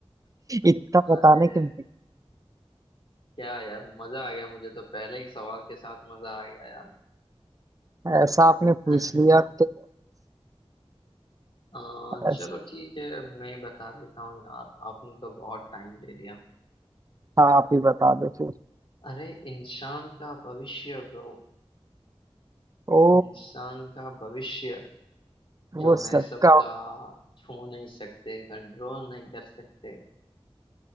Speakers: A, on the right; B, on the left.
A: इतना
B: अरे
A: बताने के बाद
B: क्या यार मजा आ गया मुझे तो पहले ही सवाल के साथ मजा आ गया यार
A: ऐसा आपने
B: <laughs>
A: पूछ लिया तो
B: आ, चलो
A: ऐस-
B: ठीक है मैं बता देता हूँ यार आपने तो बहुत टाइम ले लिया
A: हाँ आप ही बता दो फिर
B: अरे इंसान का भविष्य ब्रो
A: ओ
B: इंसान का भविष्य
A: वो
B: जो है
A: सबका
B: सबका
A: होगा।
B: छू नहीं सकते कंट्रोल नहीं कर सकते